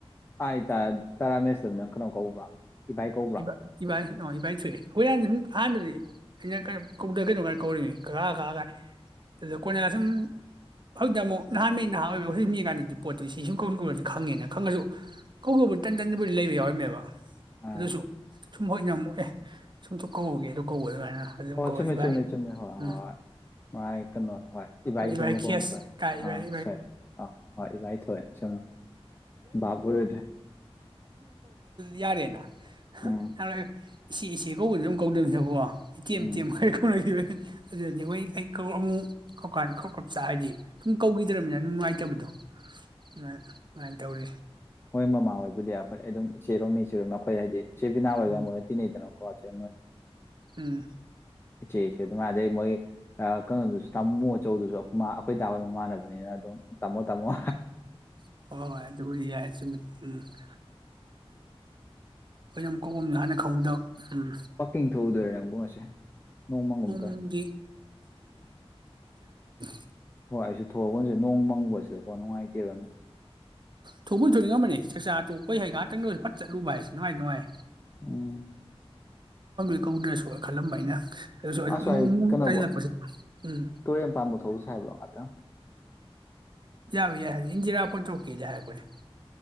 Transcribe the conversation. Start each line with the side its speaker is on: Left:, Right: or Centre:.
Left: ꯑꯥꯏ ꯇ ꯁꯥꯔ ꯔꯥꯃꯦꯁꯅ ꯅꯪ ꯀꯩꯅꯣ ꯀꯧꯕ꯭ꯔꯥ ꯏꯚꯥꯏ ꯀꯧꯕ꯭ꯔꯥ
Right: ꯏꯕꯥ ꯏꯕꯥꯏ <unintelligible>
Left: ꯑꯥ
Right: ꯑꯗꯨꯁꯨ ꯁꯨꯝ ꯍꯣꯏꯅ ꯑꯃꯨꯛ ꯑꯦ ꯁꯨꯝ ꯀꯧꯒꯦꯗꯣ ꯀꯧ ꯑꯗꯨꯃꯥꯏꯅ ꯑꯗꯨꯝ
Left: ꯍꯣꯏ
Right: ꯀꯧꯔ
Left: ꯆꯨꯝꯃꯦ
Right: ꯏꯕꯥꯏ
Left: ꯆꯨꯝꯃꯦ ꯆꯨꯝꯃꯦ ꯍꯣꯏ
Right: ꯎꯝ
Left: ꯍꯣꯏ ꯍꯣꯏ ꯃꯥꯥꯏ ꯀꯩꯅꯣ ꯏꯚꯥꯏ
Right: ꯍꯣꯏ ꯏꯕꯥꯏ
Left: ꯀꯧ
Right: ꯀꯦꯁ
Left: ꯀꯧꯕ ꯊꯣꯛꯑꯦ
Right: ꯀꯥꯏ ꯏꯕꯥ
Left: ꯑꯥ ꯁꯣꯏ ꯑꯥ ꯍꯣꯏ ꯏꯚꯥꯏ ꯊꯣꯛꯑꯦ ꯁꯨꯝ ꯚꯥꯞ ꯑꯣꯏꯔꯨꯗ꯭ꯔꯦ
Right: <unintelligible> ꯌꯥꯔꯦꯅ <unintelligible>
Left: ꯎꯝ
Right: ꯏꯆꯦ ꯏꯆꯦ ꯀꯧ <unintelligible> ꯏꯆꯦꯝ
Left: ꯎꯝ
Right: ꯏꯆꯦꯝ ꯍꯥꯏꯔ ꯀꯧꯅꯈꯤꯕꯩ ꯑꯗꯨꯗꯗꯤ ꯍꯣꯏ ꯑꯩ ꯑꯃꯨꯛ ꯀꯧꯀꯥꯟ <unintelligible> ꯍꯥꯏꯗꯤ ꯁꯨꯝ ꯀꯧꯈꯤꯗ꯭ꯔꯝꯅꯤꯅ ꯅꯨꯡꯉꯥꯏꯇꯕꯗꯣ <unintelligible> ꯁꯨꯃꯥꯏꯅ ꯇꯧꯔꯤ
Left: ꯍꯣꯏ ꯃꯃꯥ ꯍꯣꯏꯕꯨꯗꯤ ꯑꯩꯈꯣꯏ ꯑꯩꯗꯨꯝ ꯏꯆꯦꯔꯣꯝ ꯏꯆꯦꯔꯣ ꯑꯩꯈꯣꯏ ꯍꯥꯏꯗꯤ ꯆꯦꯕꯤꯅꯥ ꯑꯣꯏꯔꯒ
Right: ꯎꯝ
Left: ꯃꯣꯏ ꯇꯤꯟꯅꯩꯗꯅ ꯀꯣꯆꯦ
Right: ꯎꯝ
Left: ꯏꯆꯦ ꯏꯆꯦ ꯑꯗꯨꯃꯥꯏ ꯑꯗꯩ ꯃꯣꯏ ꯀꯩꯅꯣꯗꯨꯁꯨ ꯇꯥꯃꯣ ꯑꯆꯧꯗꯨꯁꯨ ꯑꯩꯈꯣꯏꯃꯥ ꯑꯩꯈꯣꯏ ꯗꯥ ꯍꯣꯏ ꯃꯃꯥꯟꯅꯕꯅꯤꯅ ꯑꯗꯨꯝ ꯇꯥꯃꯣ ꯇꯥꯃꯣ
Right: ꯍ ꯍꯣꯏ ꯍꯣꯏ ꯑꯗꯨꯕꯨꯗꯤ ꯌꯥꯏ <unintelligible> ꯎꯝ ꯑꯩꯈꯣꯏ ꯌꯥꯝꯝ ꯀꯥꯎꯑꯝꯅꯤ ꯍꯥꯏꯅ ꯈꯪꯕꯗ ꯎꯝ
Left: ꯋꯥꯛꯀꯤꯡ <unintelligible>
Right: ꯄꯨꯡ
Left: ꯇꯧꯋꯦ
Right: ꯗꯤ <unintelligible>
Left: ꯍꯣꯏ ꯑꯩꯁꯨ ꯊꯣꯛꯑꯒꯨꯝ ꯁꯤꯔꯥ ꯅꯣꯡ ꯃꯪꯕꯁꯤꯗꯀꯣ ꯅꯨꯡꯉꯥꯏ ꯇꯦꯕ
Right: ꯊꯣꯛꯄꯨ ꯊꯣꯛꯅꯤꯡꯉꯝꯕꯅꯤ ꯆꯥꯛꯆꯥ ꯇꯣꯛꯄꯩ ꯍꯩ ꯉꯍꯥꯛꯇꯪ ꯂꯣꯏꯔꯁꯨ ꯐꯠ ꯆꯠꯂꯨꯕ ꯍꯥꯏꯁꯤ ꯅꯨꯡꯉꯥꯏ ꯅꯨꯡꯉꯥꯏ
Left: ꯎꯝ
Right: <unintelligible> <unintelligible> ꯀꯧꯗ꯭ꯔꯁꯨ ꯈꯜꯂꯝꯕ ꯑꯩꯅ ꯑꯗꯨꯁꯨ
Left: ꯑꯁ꯭ꯋꯥꯏ
Right: <unintelligible>
Left: ꯀꯩꯅꯣꯕꯨ
Right: ꯍꯥꯏꯖꯤꯜꯂꯛꯄꯁꯤꯗ ꯎꯝ
Left: ꯇꯨꯔꯦꯟ ꯄꯥꯟꯕ ꯊꯣꯛꯎꯁꯦ ꯍꯥꯏꯕ꯭ꯔꯣ <unintelligible>
Right: ꯌꯥꯎ ꯌꯥꯎ ꯏꯟꯖꯤꯔꯥ꯫ ꯐꯣꯟ ꯇꯧꯔꯛꯀꯦꯗꯤ ꯍꯥꯏꯕꯅꯤ ꯫